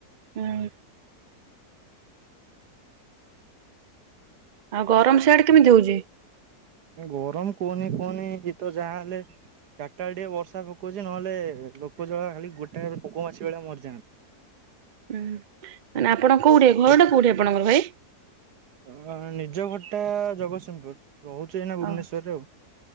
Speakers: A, on the right (about 60°); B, on the right (about 85°).
A: ହୁଁ। ଆଉ ଗରମ ସିଆଡେ କେମିତି ହଉଛି?
B: ଗରମ କହନି କୁହନି ଇତ ଯାହା ହେଲେ ଚାଟା ବେଳେ ଟିକେ ବର୍ଷା ପକଉଛି, ନହେଲେ ଲୋକ ଯଳା ଖାଲି ଗୋଟା ପୋକ ମାଛି ଭଳିଆ ମରିଯାଆ
A: ହୁଁ, ମାନେ ଆପଣ କୋଉଠି ଘର ଟା କୋଉଠି ଆପଣଙ୍କର ଭାଇ?
B: ଅ, ନିଜ ଘରଟା ଜଗତସିଂହପୁର। ରହୁଛି ଏଇନା ଭୁବନେଶ୍ଵରରେ
A: ଓହ
B: ଆଉ।